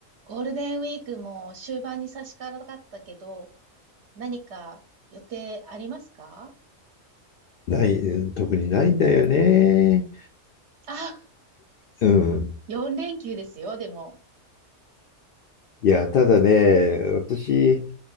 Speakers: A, on the right; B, on the left.
A: ゴールデンウィークも終盤に差し掛かったけど、何か予定ありますか
B: ない、うん特にないんだよね。
A: あ、
B: うん。
A: 4連休ですよ、でも。
B: いや、ただね、私、